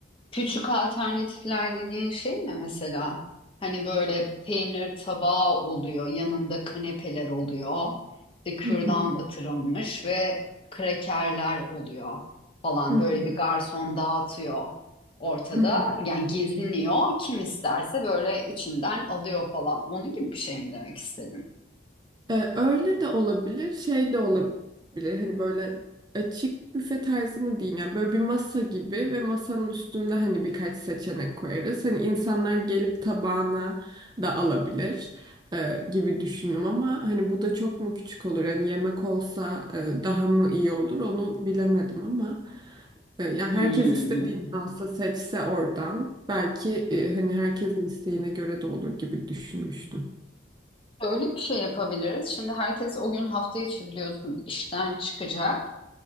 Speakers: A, on the left; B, on the right.
A: küçük alternatifler dediğin şey mi mesela? Hani böyle peynir tabağı oluyor, yanında kanepeler oluyor, işte kürdan
B: Hı hı,
A: batırılmış ve krekerler oluyor falan.
B: hı
A: Böyle bir garson dağıtıyor ortada.
B: hı.
A: Yani geziniyor. Kim isterse böyle içinden alıyor falan. Onun gibi bir şey mi demek istedin?
B: Ee, öyle de olabilir, şey de olabilir. Hani böyle açık büfe tarzı mı diyeyim yani böyle bir masa gibi ve masanın üstünde hani birkaç seçenek koyarız. Hani insanlar gelip tabağına da alabilir e, gibi düşündüm ama hani bu da çok mu küçük olur? Yani yemek olsa e, daha mı iyi olur onu bilemedim ama e, yani
A: Hmm.
B: herkes istediğini alsa seçse oradan belki e, hani herkesin isteğine göre de olur gibi düşünmüştüm.
A: Öyle bir şey yapabiliriz. Şimdi herkes o gün hafta içi biliyorsun işten çıkacak.